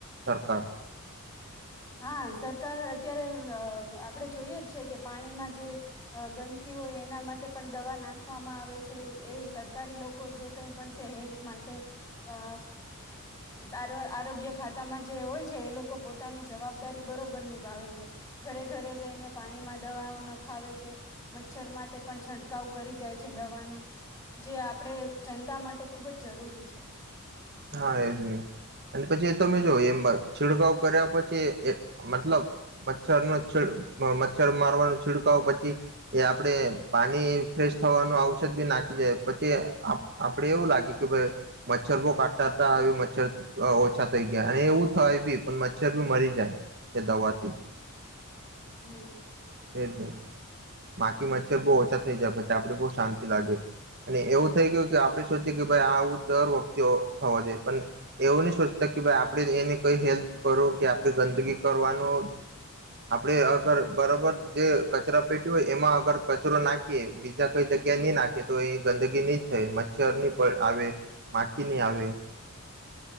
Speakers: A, on the right (about 50°); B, on the left (about 15°).
A: સરકાર.
B: હા સરકાર અત્યારે આપણે જોઈએ જ છે કે પાણીમાં જે ગંદકી હોય એના માટે પણ દવા નાખવામાં આવે છે એ સરકારી લોકો જે કઈ પણ છે હેલ્થ માટે અ સ આરોગ્ય ખાતામાં જે હોય છે એ લોકો પોતાની જવાબદારી બરોબર નિભાવે છે ઘરે ઘરે જઈને પાણીમાં દવાઓ ના ખાવે છે મચ્છર માટે પણ છંટકાવ કરી જાય છે દવાનું જે આપણે જનતા માટે ખૂબ જ જરૂરી છે.
A: હા એજ નહી અને પછી એ તોમે જો એ છીડકાવ કર્યા પછી મતલબ મચ્છર ન મચ્છર મારવાનો છિડકાવ પછી એ આપડે પાણી ફ્રેશ થવાનું આવઔષધ બી નાખી <unintelligible> પછી આપડે એવું લાગે કે ભઇ મચ્છર બો તા આવ્યું મચ્છર. ઓછા થઈ ગયા અને એવું થાય બી પણ મચ્છર બી મરી જાય એ દવાથી.
B: હમ
A: <unintelligible> માકી મચ્છર બો ઓછા થઈ જાતા છે પછી આપડી બોસ શાંતિ લાગે. અને એવું થઈ ગયુ. કે આપડે સોચીએ કે ભાઈ આ આવું દર વખતે હો. થવો જોઈએ. પણ એવું નહી સોચતા કે ભાઈ આપડે એને કઈ હેલ્પ કરું. કે આપડે ગંદગી કરવાનો આપડે અગર બરોબર. જે કચરા પેટી હોય એમાં અગર કચરો નાખીએ બીજા કઈ જગ્યા નહી નાખીએ તો એની ગંદગી નહી થાય. મચ્છર ની આવે. માખી ની આવે.